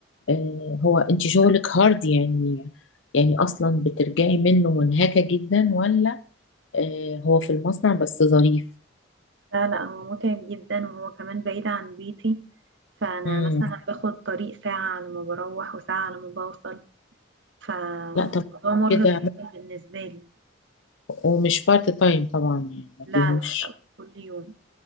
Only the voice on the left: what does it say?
آه هو انت شغلك هارد يعني يعني اصلا بترجعي منه منهكه جدا ولا آه هو في المصنع بس ظريف
امم
لا طبعا
كده
ومش بارت تايم طبعا يعني ما
فيهوش